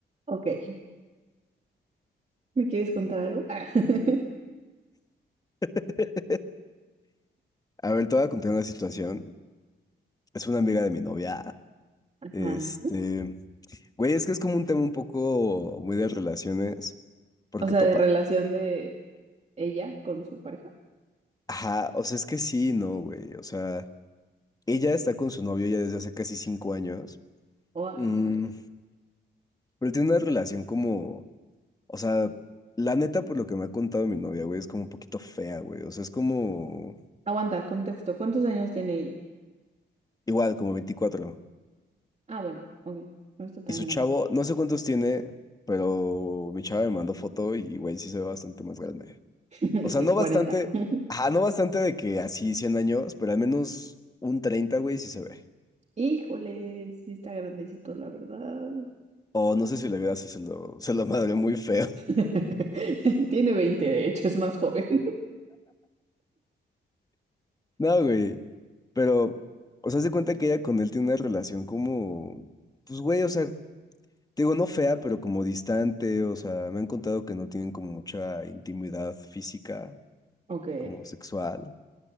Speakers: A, on the right; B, on the left.
A: Ok. ¿Me quieres contar algo? Ah. <laughs>
B: <laughs> A ver, te voy a contar una situación. Es una amiga de mi novia.
A: Ajá.
B: Este, güey, es que es como un tema un poco muy de relaciones, porque
A: O sea,
B: topa.
A: de relación de ella con su pareja.
B: Ajá, o sea, es que sí, no, güey. O sea, ella está con su novio ya desde hace casi cinco años.
A: Oh, ay,
B: Mm,
A: híjole.
B: pero tiene una relación como, o sea, la neta, por lo que me ha contado mi novia, güey, es como un poquito fea, güey. O sea, es como,
A: Aguanta, contexto. ¿Cuántos años tiene ella?
B: igual, como 24.
A: Ah, bueno, ok. No está tan
B: Y su
A: grande.
B: chavo, no sé cuántos tiene, pero mi chava me mandó foto y, güey, sí se ve bastante más grande.
A: <laughs> De
B: O sea,
A: que
B: no bastante,
A: 40. <laughs>
B: ajá, no bastante de que así 100 años, pero al menos un 30 güey, sí se ve.
A: Híjole, sí está grandecito, la verdad.
B: O no sé si la vida se, se lo, se lo madre muy feo. <laughs>
A: <laughs> Tiene veinte de hecho, es más joven. <laughs>
B: No, güey. Pero, o sea, se cuenta que ella con él tiene una relación como, pues, güey, o sea, te digo, no fea, pero como distante. O sea, me han contado que no tienen como mucha intimidad física,
A: Ok.
B: como sexual.